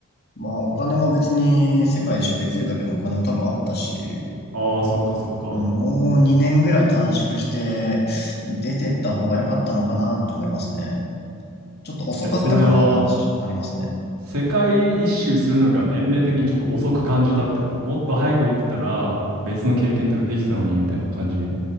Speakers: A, on the left (about 45°); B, on the right (about 80°).
A: まあ、お金も別に世界一周できるだけのお金も多分あったし、
B: ああ、そっかそっか。
A: うん、もう2年ぐらい短縮して、出てった方が良かったのかなって思いますね。ちょっと遅かった感はあるし、
B: え、それは、
A: ありますね。
B: 世界一周するのが年齢的にちょっと遅く感じたってこともっと早く行ってたら、別の経験とかできたのにみたいな感じ